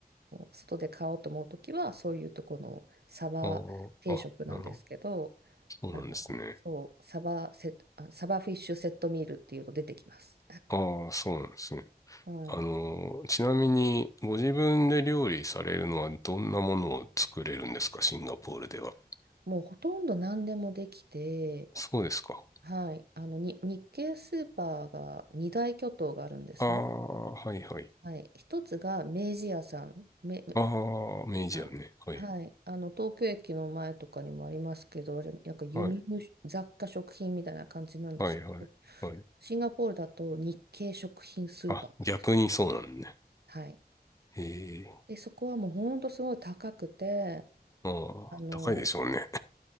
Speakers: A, on the right; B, on the left.
A: 外で買おうと思う時は、そういうとこのサバ定食なんですけど、
B: あーあ、なるほど。そうなんですね。
A: あの、そう、サバセット、あサバフィッシュセットミールっていうの出てきます。
B: ああ、そうなんですね。
A: はい。
B: あの、ちなみに、ご自分で料理されるのはどんなものを作れるんですか、シンガポールでは。
A: もうほとんど何でもできて、
B: そうですか。
A: はい、あのに日系スーパーが二大巨頭があるんですね。
B: ああ、はいはい。
A: はい、一つが明治屋さん、め、め
B: ああ、明治やね。
A: あ、
B: はい。
A: はい、あの東京駅の前とかにもありますけど、あれ、なんか輸入雑貨食品みたいな感じなんですけど、
B: はい、はい、はい、はい。
A: シンガポールだと日系食品スーパーです。
B: あ、逆にそうなんね。
A: はい、
B: ええ、
A: で、そこはもう本当すごい高くて、
B: あ
A: あの、
B: あ、高いでしょうね。